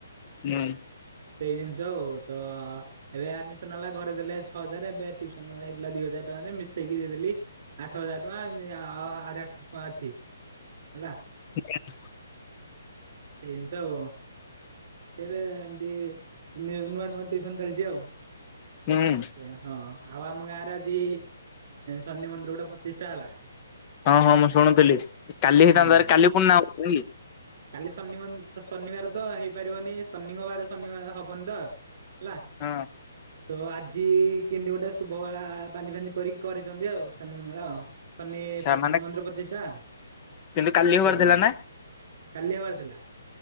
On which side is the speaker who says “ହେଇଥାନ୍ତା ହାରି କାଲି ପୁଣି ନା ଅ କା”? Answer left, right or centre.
Left